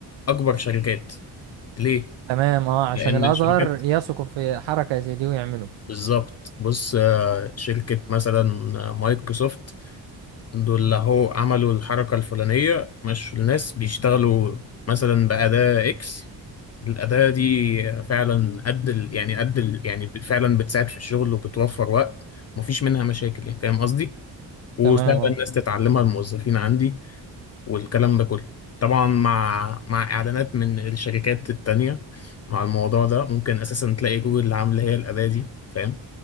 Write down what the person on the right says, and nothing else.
تمام اه عشان
الاصغر
يثقوا في حركة زي دي ويعملوا
تمام اه